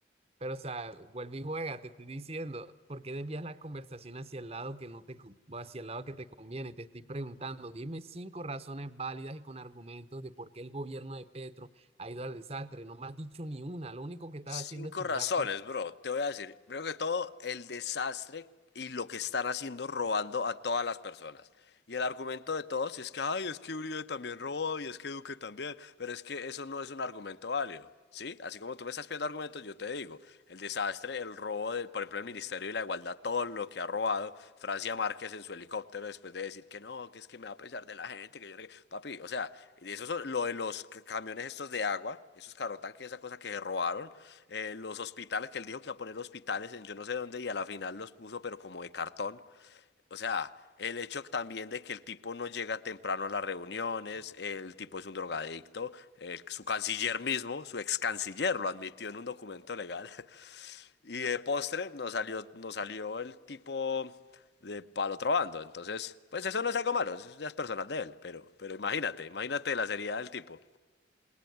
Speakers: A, on the right; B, on the left.
A: Pero, o sea, vuelve y juega, te estoy diciendo, ¿por qué desvías la conversación hacia el lado que no te, co- hacia el lado que te conviene? Te estoy preguntando, dime cinco razones válidas y con argumentos de por qué el gobierno de Petro ha ido al desastre. No me has dicho ni una, lo único que estás
B: Cinco
A: haciendo es tildar
B: razones, bro. Te voy a decir, primero que todo, el desastre y lo que están haciendo robando a todas las personas. Y el argumento de todos es que, ay, es que Uribe también robó y es que Duque también, pero es que eso no es un argumento válido, ¿sí? Así como tú me estás pidiendo argumentos, yo te digo, el desastre, el robo, del, por ejemplo, el Ministerio de la Igualdad, todo lo que ha robado Francia Márquez en su helicóptero después de decir que no, que es que me va a pesar de la gente, que yo no... sé qué. Papi, o sea, eso es lo de los camiones estos de agua, esos carro tanques, esa cosa que se robaron eh, los hospitales, que él dijo que iba a poner hospitales en yo no sé dónde y a la final los puso, pero como de cartón. O sea, el hecho también de que el tipo no llega temprano a las reuniones, el tipo es un drogadicto, eh, su canciller mismo, su ex canciller lo admitió en un documento legal. <laughs> Y de postre nos salió, nos salió el tipo de para el otro bando. Entonces, pues eso no es algo malo, eso ya es personal de él, pero, pero imagínate, imagínate la seriedad del tipo.